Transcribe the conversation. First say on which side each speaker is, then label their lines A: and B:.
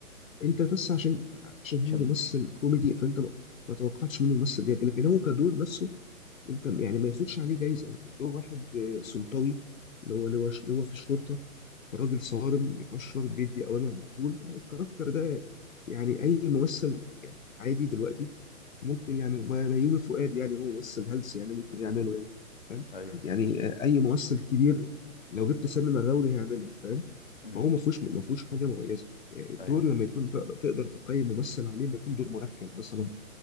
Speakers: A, on the left; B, on the left.
A: انت بس عشان عشان هو
B: عشان
A: ممثل كوميدي فانت ما ما توقعتش منه ممثل جد لكن هو كدور نفسه انت يعني ما ياخدش عليه جايزه يعني دور واحد آه، سلطوي اللي هو اللي هو اللي هو في الشرطه راجل صارم بيكشر بيدي اوامر على طول الكاركتر ده يعني اي ممثل يعني عادي دلوقتي ممكن يعمله ما- بيومي فؤاد يعني هو ممثل هلس يعني ممكن يعمله يعني فاهم
B: ايوه
A: يعني آه، اي ممثل كبير لو جبت سلمى مغاوري هيعمله فاهم
B: امم
A: فهو ما فيهوش ما فيهوش حاجه مميزه آه، الدور
B: ايوه
A: لما يكون تقدر تقدر تقيم ممثل عليه ما يكون دور مركب مثلا